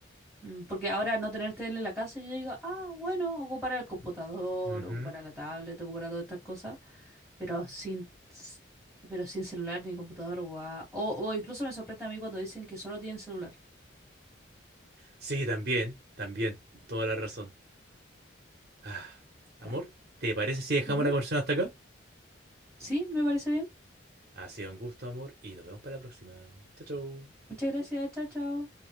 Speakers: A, in the centre; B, on the right.
A: Mm, Porque ahora al no tener tele en la casa, yo digo, ah, bueno, ocupará el computador,
B: Ujú.
A: ocupará la tablet, ocupará todas estas cosas. Pero sin, pero sin celular ni computador, guau. O, o incluso me sorprende a mí cuando dicen que solo tienen celular.
B: Sí, también, también, toda la razón. Ah,
A: O
B: amor,
A: sea,
B: ¿te parece si dejamos
A: ujú.
B: la conversación hasta acá?
A: Sí, me parece bien.
B: Ha sido un gusto, amor, y nos vemos para la próxima. Chao, chao.
A: Muchas gracias, chao, chao.